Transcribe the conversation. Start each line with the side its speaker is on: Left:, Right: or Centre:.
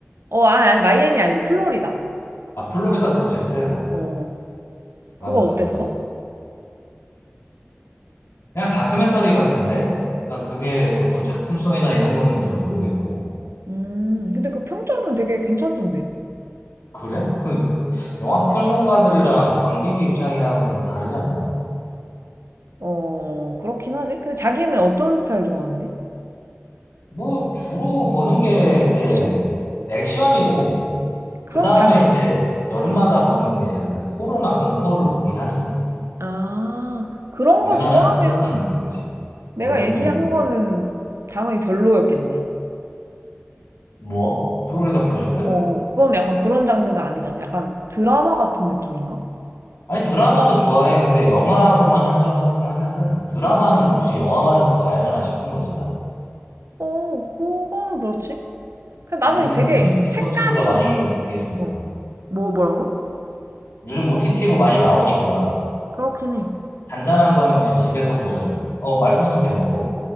Right: 어 아, 아니 아니 마이애미 아니고 플로리다.
Left: 아, 플로리다 프로젝트?
Right: 어 그거
Left: 맞아,
Right: 어땠어?
Left: 맞아, 맞아. 그냥 다큐멘터리 같은데? 난 그게 어떤 작품성이나 이런 거는 잘 모르겠고.
Right: 음 근데 그 평점은 되게 괜찮던데.
Left: 그래? 그, 영화 평론가들이랑 관객의 입장이랑은 좀 다르지 않나?
Right: 어 그렇긴 하지. 근데 자기는 어떤 스타일 좋아하는데?
Left: 뭐 주로 보는 게 이제
Right: 액션?
Left: 액션이고
Right: 그럼
Left: 그 다음에
Right: 당...
Left: 이제 여름마다 보는 게 약간 호러나 공포를 보긴 하지.
Right: 아 그런
Left: 우리나라
Right: 거 좋아하면
Left: 특성상 그렇지.
Right: 내가
Left: 여름에
Right: 얘기한 거는 당연히 별로였겠네.
Left: 뭐? 플로리다 프로젝트?
Right: 어, 그건 약간 그런 장르가 아니잖아. 약간 드라마 같은 느낌인가?
Left: 아니 드라마도 좋아해. 근데 영화로만 한정하면은 드라마는
Right: 응.
Left: 굳이 영화관에서 봐야 되나 싶은 거지 난.
Right: 어, 그거는 그렇지. 근데 나는
Left: 요즘
Right: 되게
Left: OTT
Right: 색감이,
Left: 서비스가 많이 돼 있으니까.
Right: 어, 뭐, 뭐라고?
Left: 요즘 OTT로 많이 나오니까
Right: 그렇긴 해.
Left: 잔잔한 거는 그냥 집에서 보자 주의. 어말 끊어서 미안해 뭐.